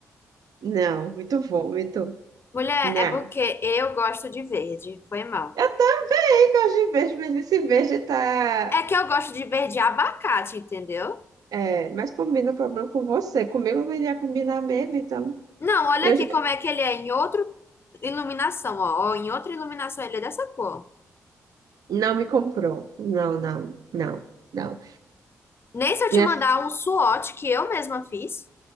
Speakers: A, on the right; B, on the left.
A: Não, muito bom, muito.
B: Mulher,
A: Não.
B: é porque eu gosto de verde. Foi mal.
A: Eu também gosto de verde, mas esse verde tá.
B: É que eu gosto de verde abacate, entendeu?
A: É, mas combina o problema com você. Comigo não iria combinar mesmo, então.
B: Não, olha
A: Eu,
B: aqui
A: já-
B: como é que ele é em outra iluminação, ó. Ó, Em outra iluminação ele é dessa cor.
A: não me comprou. Não, não, não, não.
B: Nem se eu te
A: Minha,
B: mandar um swatch que eu mesma fiz.